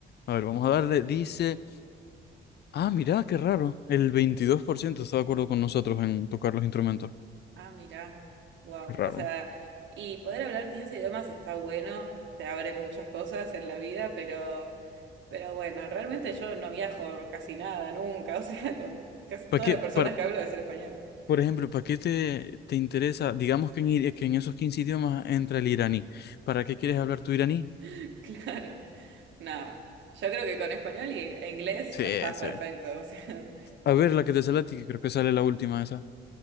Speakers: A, on the left (about 55°); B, on the right (about 70°).
A: A ver, vamos a darle, dice, ah, mira, qué raro. El 22% está de acuerdo con nosotros en tocar los instrumentos.
B: Ah, mirá, wow.
A: Qué raro.
B: O sea, y poder hablar 15 idiomas está bueno, te abre muchas cosas en la vida, pero, pero bueno, realmente yo no viajo casi nada, nunca. <laughs> O sea, con casi
A: ¿Para
B: todas
A: qué,
B: las personas
A: para,
B: que hablo es el español.
A: por ejemplo, ¿para qué te, te interesa, digamos que en, ir- que en esos 15 idiomas entra el iraní? ¿Para qué quieres hablar tu iraní?
B: <laughs> Claro, nada. Yo creo que con español y e inglés
A: Sí,
B: ya estás
A: sí.
B: perfecto. <laughs> O sea,
A: A ver, la que te sale a ti, que creo que sale la última esa.